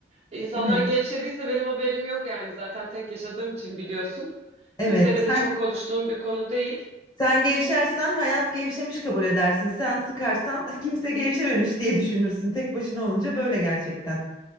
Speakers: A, on the right; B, on the left.
A: İnsanlar
B: Evet.
A: gevşediyse benim haberim yok yani zaten tek yaşadığım için biliyorsun.
B: Evet.
A: Kimseyle de
B: Sen
A: çok konuştuğum bir konu değil.
B: Sen gevşersen hayat gevşemiş kabul edersin. Sen sıkarsan <laughs> kimse gevşememiş diye düşünürsün. Tek başına olunca böyle gerçekten.